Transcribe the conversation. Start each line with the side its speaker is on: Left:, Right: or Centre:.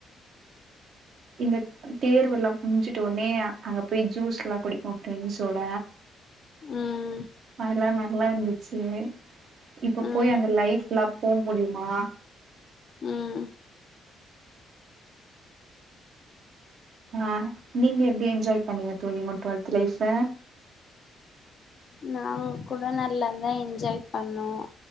Right: இந்த தேர்வுல்லா புஞ்சுட் ஒனே அங்க போய் ஜூஸ்ல்லா குடிப்போ ஃப்ரெண்ஸோட
Left: ம்
Right: அதுல்லா நல்லா இர்ந்துச்சு இப்ப
Left: ம்
Right: போய் அந்த லைஃப்ல்லா போ முடியுமா
Left: ம்
Right: ஆ நீங்க எப்டி என்ஜாய் பண்ணீங்க தொழி உங்க டுவெல்த்து லைஃப்ப
Left: நாங் கூட நல்லாதா என்ஜாய் பண்ணோ